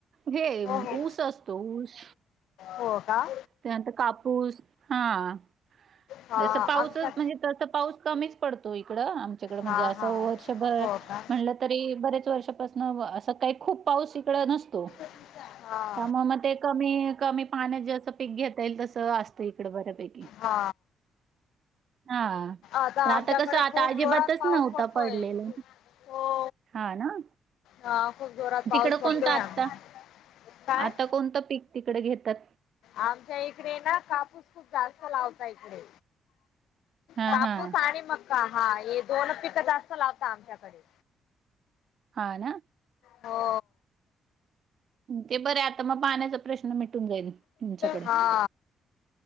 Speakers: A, on the right (about 50°); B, on the left (about 65°).
A: हे
B: हो हो
A: ऊस असतो ऊस
B: हो का!
A: त्यानंतर कापूस, हा
B: हा
A: जस पाऊसच
B: आमच्या
A: म्हणजे तस पाऊस कमीच पडतो इकडं आमच्याकडं, म्हणजे
B: हा
A: असं
B: हा
A: वर्षभर
B: हो का
A: म्हणलं तरी बरेच वर्षापासन, असं काही खूप पाऊस इकड नसतो.
B: हा!
A: त्यामुळे म ते कमी, कमी पाण्यात जे असं पीक घेता येईल, तस असत इकड बऱ्यापैकी
B: हा
A: हा.
B: आता
A: पण
B: आमच्याकड
A: कसं आता
B: खूप
A: अजिबातच
B: जोरात पाऊस
A: नव्हता
B: पडतोय
A: पडलेला
B: हो.
A: हा ना
B: हा खूप जोरात पाऊस
A: तिकडं
B: पडतोय.
A: कोणता आत्ता
B: <unintelligible> काय?
A: आता कोणतं पीक तिकडे घेतात?
B: आमच्या इकडे ना कापूस खूप जास्त लावता इकडे.
A: हा
B: कापूस
A: हा
B: आणि मक्का, हा हे दोनच पिकं जास्त लावता आमच्याकडे.
A: हा ना.
B: हो!
A: ते बरे आता मग पाण्याचा प्रश्न मिटून जाईल तुमच्याकडं.
B: हा!